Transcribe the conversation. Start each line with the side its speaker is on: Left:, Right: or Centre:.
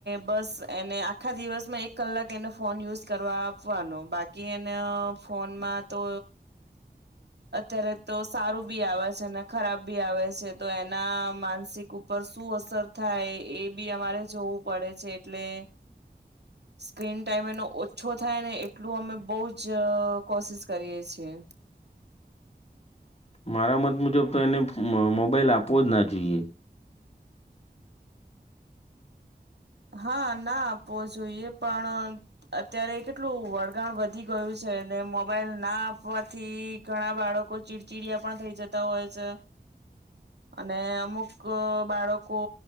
Right: બસ એને આખા દિવસમાં એક કલાક એનો ફોન યુઝ કરવા આપવાનો બાકી એને ફોનમાં તો અત્યારે તો સારું બી આવે છે એને ખરાબ ભી આવે છે તો એના માનસિક ઉપર શું અસર થાય એ બી અમારે જોવું પડે છે એટલે સ્ક્રીન ટાઈમ એનો ઓછો થાય ને એ ટલું અમે બહુ જ જ કોશિસ કરીએ છીએ.
Left: મારા મત મુજબ તો એને મ-મોબાઈલ આપવો જ ના જોઈએ.
Right: હા, ના આપવો જોઈએ પણ અત્યારે કેટલું વળગાણ વધી ગયું છે મોબાઈલ ના આપવાથી ઘણા બાળકો ચીડચીડયા પણ થઈ જતા હોય છે. અને અમુક બાળકો